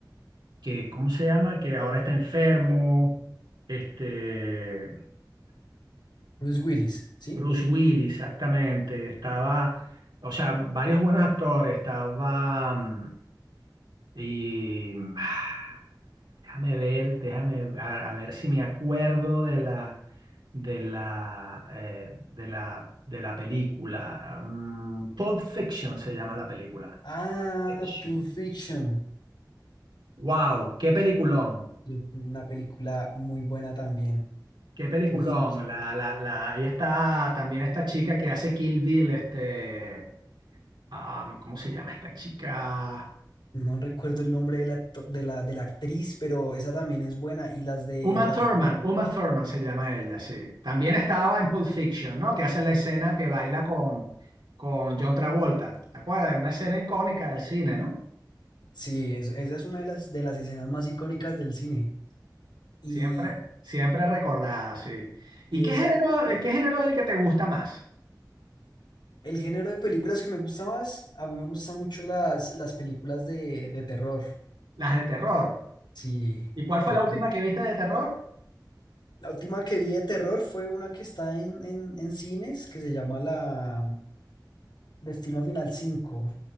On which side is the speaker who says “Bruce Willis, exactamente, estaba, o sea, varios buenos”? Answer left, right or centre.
Right